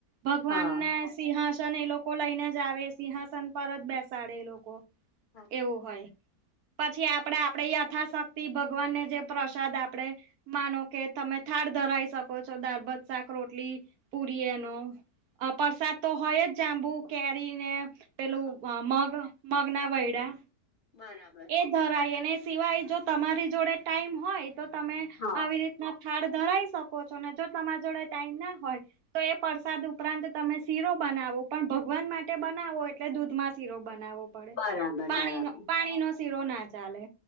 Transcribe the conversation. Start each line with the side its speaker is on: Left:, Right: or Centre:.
Right: ભગવાનને
Left: હા
Right: સિંહાસન એ લોકો લઈને જ આવે સિંહાસન પરત બેસાડે એ લોકો
Left: બરા-
Right: એવું હોય પછી આપણેે આપણેે યથાશક્તિ ભગવાનને જે પ્રસાદ આપડે માનો કે તમે થાળ ધરાઈ શકો છો દાળભાત શાક રોટલી પુરી એનો અ પરસાદ તો હોય જ જાંબુ કેરીને પેલું
Left: હા
Right: માગ માગ ના વૈડા
Left: બરાબ
Right: એ ધરાય ને એ સિવાય જો તમારી જોડે ટાઈમ હોય તો તમે
Left: હા
Right: આવી રીતે થાડ ધરાઈ શકો છો ને જો તમારા જોડે ટાઈમ ના હોય તો એ પરસાદ ઉપરાંત તમે શીરો બનાવો પણ ભગવાન માટે બનાવો એટલે દૂધમાં શીરો બનાવવો પડે
Left: બરાબર
Right: પાણી
Left: બરાબર
Right: પાણીનો શીરો ના ચાલે